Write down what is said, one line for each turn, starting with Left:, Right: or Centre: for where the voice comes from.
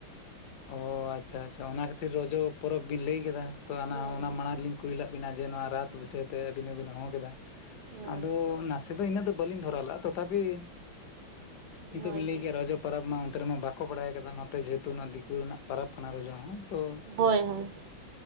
Left: ᱚᱻ ᱟᱪᱪᱷᱟ-ᱟᱪᱪᱷᱟ ᱚᱱᱟ ᱠᱷᱟᱹᱛᱤᱨ ᱨᱚᱡᱚ ᱯᱚᱨᱚᱵᱽ ᱵᱤᱱ ᱞᱟᱹᱭ ᱠᱮᱫᱟ, ᱛᱚ ᱟᱱᱟ
Right: ᱦᱳᱭ
Left: ᱦᱚᱸ ᱚᱱᱟ ᱢᱟᱲᱟᱝ ᱨᱮᱞᱤᱧ ᱠᱩᱞᱤᱞᱟᱜ ᱵᱤᱱᱟᱹ ᱡᱮ ᱱᱚᱣᱟ ᱨᱟᱛ ᱵᱤᱥᱟᱹᱭ ᱛᱮ ᱟᱹᱵᱤᱱ ᱦᱚᱸᱵᱤᱱ ᱦᱚᱸ ᱠᱮᱫᱟ ᱾
Right: ᱦᱳᱭ
Left: ᱟᱫᱚᱻ ᱱᱟᱥᱮ ᱠᱤᱱᱛᱩ ᱤᱱᱟᱹᱜ ᱫᱚ ᱵᱟᱹᱞᱤᱧ ᱫᱷᱚᱨᱟ ᱞᱟᱜᱼᱟ ᱛᱚᱛᱷᱟᱯᱤ᱾ ᱱᱤᱛᱚᱜ
Right: ᱦᱳᱭ
Left: ᱵᱤᱱ
Right: ᱦᱳᱭ ᱦᱳᱭ
Left: ᱞᱟᱹᱭ ᱠᱮᱭᱟ ᱨᱚᱡᱚ ᱯᱟᱨᱟᱵᱽ ᱢᱟ ᱚᱱᱛᱮ ᱨᱮᱢᱟ ᱵᱟᱠᱚ ᱵᱟᱲᱟᱭ ᱠᱟᱫᱟ ᱱᱚᱛᱮ ᱡᱮᱦᱮᱛᱩ ᱚᱱᱟ ᱫᱤᱠᱩ ᱨᱮᱱᱟᱜ ᱯᱟᱨᱟᱵᱽ ᱠᱟᱱᱟ ᱨᱚᱡᱚ ᱦᱚᱸ᱾ ᱛᱚ
Right: ᱦᱳᱭ ᱦᱳᱭ ᱦᱳᱭ